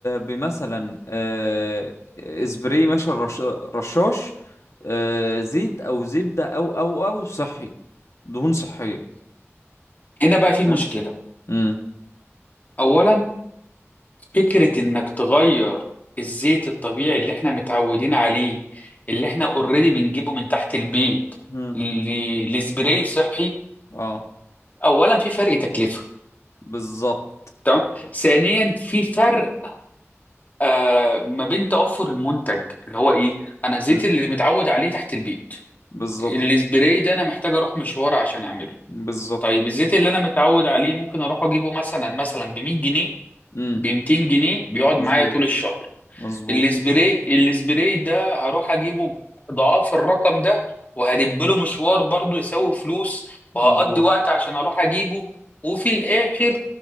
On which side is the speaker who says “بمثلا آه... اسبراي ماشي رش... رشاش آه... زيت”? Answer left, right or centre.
Left